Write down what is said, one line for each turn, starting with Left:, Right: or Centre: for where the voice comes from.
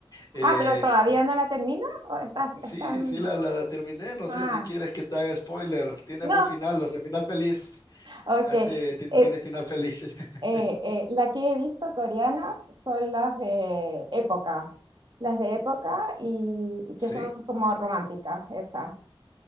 Left: Eh,
Right: Ah, pero todavía
Left: y-
Right: no la termina o estás,
Left: Sí,
Right: están...
Left: sí, la, la, la terminé. No
Right: Ah,
Left: sé si quieres que te haga spoiler. Tiene
Right: no,
Left: buen final, o sea, final feliz.
Right: ok.
Left: Ese ti-
Right: Eh,
Left: tiene final feliz. <laughs>
Right: Eh, eh, la que he visto coreanas son las de época, las de época y, y que
Left: Sí.
Right: son como románticas, esas.